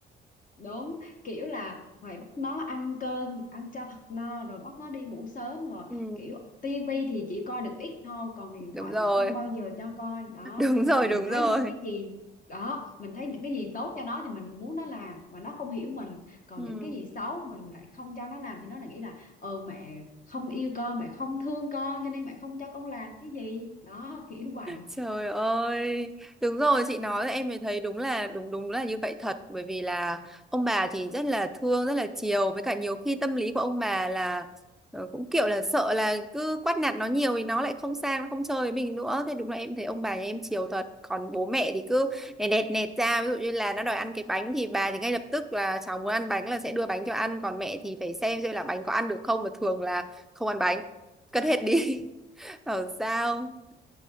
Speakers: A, on the left; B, in the centre.
A: đúng kiểu là phải bắt nó ăn cơm ăn cho thật no rồi bắt nó đi ngủ sớm rồi
B: <laughs> ừ.
A: kiểu tivi thì chỉ coi được ít thôi còn điện thoại
B: đúng rồi
A: thì không bao giờ cho coi đó
B: <laughs> đúng rồi
A: mình
B: đúng
A: thấy
B: rồi
A: những cái gì đó mình thấy những cái gì tốt cho nó thì mình muốn nó làm mà nó không hiểu mình còn
B: ừ.
A: những cái gì xấu mình lại không cho nó làm thì nó lại nghĩ là ừ mẹ không yêu con mẹ không thương con cho nên mẹ không cho con làm cái gì đó <laughs> kiểu vậy
B: Trời ơi, đúng rồi chị nói là em mới thấy đúng là đúng đúng là như vậy thật bởi vì là ông bà thì rất là thương rất là chiều với cả nhiều khi tâm lý của ông bà là ờ, cũng kiểu là sợ là cứ quát nạt nó nhiều thì nó lại không sang nó không chơi với mình nữa thế đúng là em thấy ông bà nhà em chiều thật còn bố mẹ thì cứ nẹt nẹt nẹt ra ví dụ như là nó đòi ăn cái bánh thì bà thì ngay lập tức là cháu muốn ăn bánh là sẽ đưa bánh cho ăn còn mẹ thì phải xem xem là bánh có ăn được không và thường là không ăn bánh cất hết đi <laughs> bảo sao